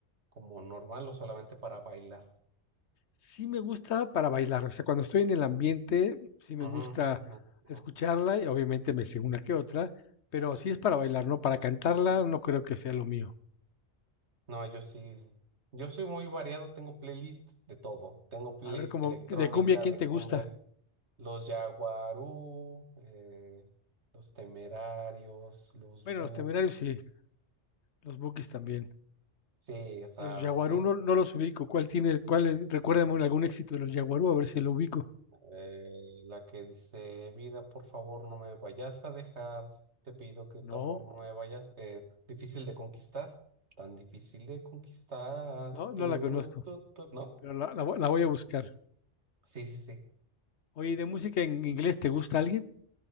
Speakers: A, on the right; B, on the left.
A: como normal o solamente para bailar.
B: Sí me gusta para bailar, o sea, cuando estoy en el ambiente, sí me
A: Ujú,
B: gusta
A: ujú,
B: escucharla
A: ujú.
B: y obviamente me sé una que otra, pero sí es para bailar, ¿no? Para cantarla no creo que sea lo mío.
A: No, yo sí, yo soy muy variado, tengo playlist de todo. Tengo playlist
B: A ver, como
A: electrónica
B: de cumbia, ¿quién
A: de
B: te
A: cumbia,
B: gusta?
A: los Yaguarú, eh, los Temerarios, los
B: Bueno,
A: Buki.
B: los Temerarios sí, los Bukis también.
A: Sí, o sea,
B: Los Yaguarú
A: so-
B: no, no los ubico. ¿Cuál tiene, cuál, es? recuérdame un- algún éxito de los Yaguarú, a ver si lo ubico.
A: Eh, la que dice, vida, por favor, no me vayas a dejar, te pido que
B: No,
A: tu amor no me vayas, eh, difícil de conquistar, tan difícil de conquistar,
B: no, no
A: turu,
B: la conozco,
A: tu, tu", ¿no?
B: pero la, la vo- la voy a buscar.
A: Sí, sí, sí.
B: Oye, ¿y ¿de música en inglés te gusta alguien?